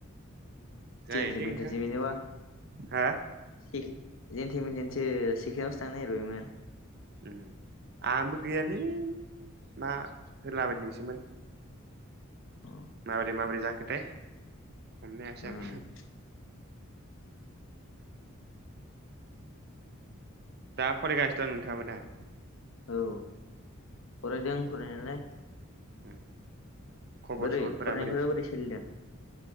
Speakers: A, on the right (about 50°); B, on the left (about 65°).
A: जायोलै
B: जेनथेन मेथेसो
A: नोंथां
B: बिनोबा
A: हा
B: सेक जेन थैमोन जेनसो सिकोनावसो थांनो नागिरबायमोन
A: उ आंबो गैयालै मा होलाबाय नोंसोमोन
B: अ
A: माबोरै माबोरै जाखोथाय हमनो हायासै
B: उम
A: आं दा फरायगासिनो दं नोंथाङाबो दा
B: औ फरायदों फरायनायालाय
A: उम खबर
B: बोरै
A: सबरफोरा
B: फरायनायफोरा बोरै सोलिदों?